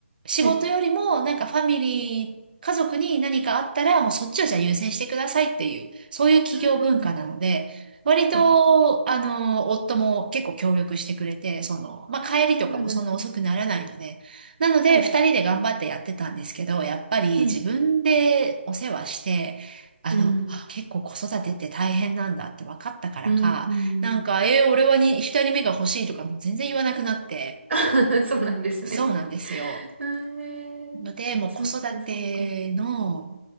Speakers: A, on the right; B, on the right.
A: 仕事よりも、
B: はい。
A: なんかファミリー、家族に何かあったら、もうそっちをじゃあ優先してくださいっていう、そういう企業文化なので、
B: うん。
A: 割と、
B: はい。
A: あのー、夫も結構協力してくれて、その、まあ、
B: あ
A: 帰りとかもそんな遅くならないので、
B: あ、なるほど。
A: なので、
B: はい。
A: 二人で頑張ってやってたんですけど、やっぱり自分でお世話して、
B: うん。
A: あの、
B: うん。
A: あ、結構子育てって大変なんだって分かったからか、
B: うん。
A: なんか、えー俺はに、二人目が欲しいとかも全然言わなくなって、
B: <laughs> そうなんですね。
A: そうなんですよ。
B: えー、
A: ので、もう子育ての
B: そっかそっか。